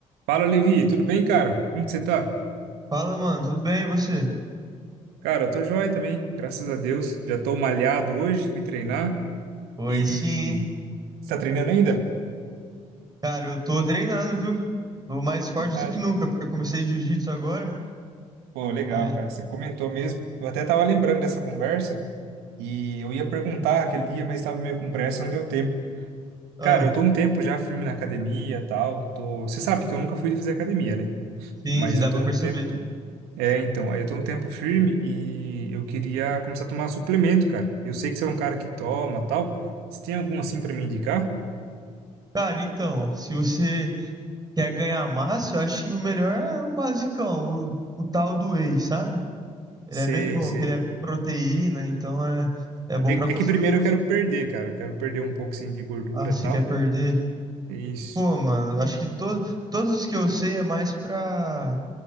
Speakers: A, on the right (about 75°); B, on the right (about 25°).
A: Fala, Levi, tudo bem, cara? Como que você tá?
B: Fala, mano, tudo bem e você?
A: Cara, eu tô joia também, graças a Deus. Já tô malhado hoje, fui treinar
B: Oi,
A: e...
B: sim.
A: Você tá treinando ainda?
B: Cara, eu tô treinando, viu? Tô mais forte
A: Verdade.
B: do que nunca, porque eu comecei jiu-jitsu agora.
A: Pô, legal,
B: Ai,
A: cara, você comentou mesmo. Eu até tava lembrando dessa conversa e eu ia perguntar aquele dia, mas tava meio com pressa, não deu tempo.
B: ah,
A: Cara, eu tô um tempo já firme na academia e tal, tô... Você sabe que eu nunca fui fazer academia, né?
B: sim,
A: Mas
B: se dá
A: eu tô
B: pra
A: um
B: perceber.
A: tempo É, então, aí eu tô um tempo firme e eu queria começar a tomar suplemento, cara. Eu sei que você é um cara que toma, tal. Se tem algum assim pra me indicar?
B: Cara, então, se você quer ganhar massa, eu acho que o melhor é o basicão, o, o tal do whey, sabe? Ele
A: Sei,
B: é bem bom,
A: sei.
B: que ele é proteína, então é, é bom
A: É,
B: pra construir
A: é que primeiro
B: músculo.
A: eu quero perder, cara. Eu quero perder um pouco assim de gordura,
B: Ah, se
A: tal.
B: quer perder?
A: Isso.
B: Pô, mano, acho que todo, todos os que eu sei é mais pra,